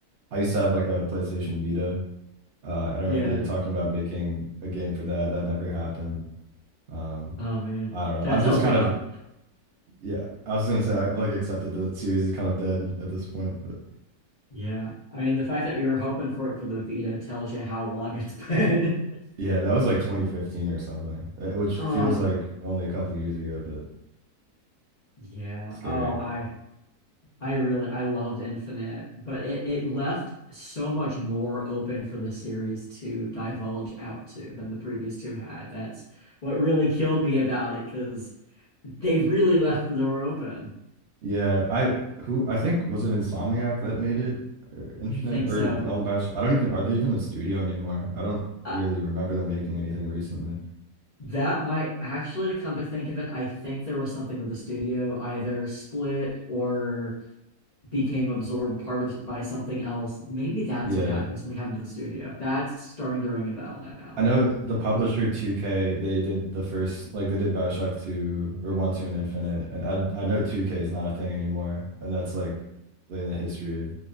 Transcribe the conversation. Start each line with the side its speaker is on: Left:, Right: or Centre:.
Right: I used to have like a PlayStation Vita, uh, and I
Left: Yeah.
Right: remember they were talking about making a game for that. That never happened. Um,
Left: Oh man.
Right: I don't know.
Left: That
Right: I've
Left: tells
Right: just kind
Left: you how
Right: of yeah. I was gonna say I like accepted the series is kind of dead at this point, but
Left: yeah. I mean, the fact that we were hoping for it for the Vita tells you how long it's been. <laughs>
Right: yeah, that was like 2015 or something, uh, which feels
Left: Oh,
Right: like only a couple years ago, but
Left: yeah.
Right: scary.
Left: Oh, I I really I loved Infinite, but it it left so much more open for the series to divulge out to than the previous two had. That's what really killed me about it because they really left the door open.
Right: Yeah, I who I think was it Insomniac that made it or Infinite
Left: I think
Right: or
Left: so.
Right: all the Bioshock. I don't even are they even a studio anymore? I don't
Left: Uh,
Right: really remember them making anything recently.
Left: that might actually come to think of it. I think there was something where the studio either split or became absorbed part of by something else. Maybe that's
Right: Yeah.
Left: what happened. Something happened to the studio. That's starting to ring a bell now.
Right: I know the publisher 2K, they did the first, like they did BioShock 2 or 1, 2 and Infinite. And I I know 2K is not a thing anymore. And that's like in the history of